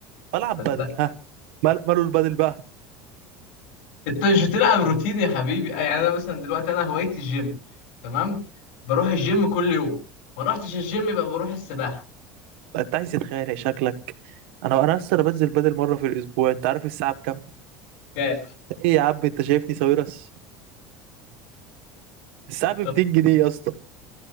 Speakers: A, on the right; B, on the left.
A: بلعب
B: صدق
A: بدل ها مال- ماله البدل بقى
B: انت مش بتلعب روتين يا حبيبي يعني انا مثلا دلوقتي انا هوايتي الجيم تمام بروح الجيم كل يوم ما روحتش الجيم يبقى بروح السباحة
A: انت عايز تتخانق شكلك انا انا اصلا بنزل بدل مره في الاسبوع انت عارف الساعه بكام
B: اوكي
A: ايه يا عم انت شايفني ساويرس الساعه ب
B: طب
A: 200 جنيه يا اسطى